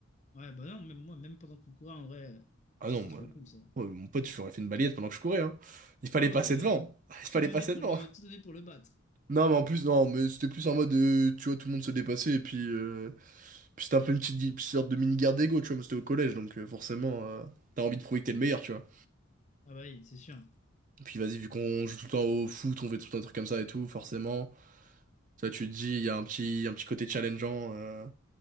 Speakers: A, on the left (about 35°); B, on the right (about 40°).
A: Ouais, bah non, même moi, même pendant qu'on courait, en vrai, euh,
B: Ah
A: ça
B: non,
A: c'est
B: moi,
A: trop cool ça.
B: moi, mon pote, je lui aurais fait une balayette pendant que je courais, hein. Il fallait
A: Ah ouais,
B: passer
A: euh,
B: devant. <laughs> Il fallait
A: tout donner
B: passer
A: pour
B: devant.
A: le, tout donner pour le battre.
B: Non, mais en plus, non, mais c'était plus en mode, euh, tu vois, tout le monde se dépassait, et puis, euh, puis c'était un peu une petite, gui- sorte de mini-guerre d'ego, tu vois, mais c'était au collège, donc euh, forcément, euh, t'as envie de prouver que t'es le meilleur, tu vois.
A: Ah bah oui, c'est sûr.
B: Et puis vas-y, vu qu'on joue tout le temps au foot, on fait tout le temps des trucs comme ça et tout, forcément, ça, tu te dis, il y a un petit, un petit côté challengeant, euh,